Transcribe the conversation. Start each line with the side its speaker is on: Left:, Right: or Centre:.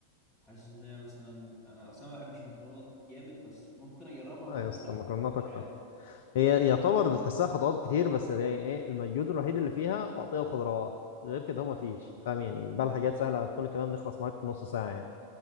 Centre: حاسس ان هي مثلا انا اصلا ما بحبش المكرونات جامد بس ممكن اجربها
Left: لا
Centre: ممكن
Left: يا اسطى
Centre: لا
Left: المكرونات
Centre: يعني مش
Left: اكتر
Centre: عارف
Left: هي يعتبر بتحسها خطوات كتير بس يعني ايه المجهود الوحيد اللي فيها تقطيع الخضروات غير كده ما فيش فاهم يعني بقى الحاجات سهله كل الكلام ده يخلص معاك في نص ساعه يعني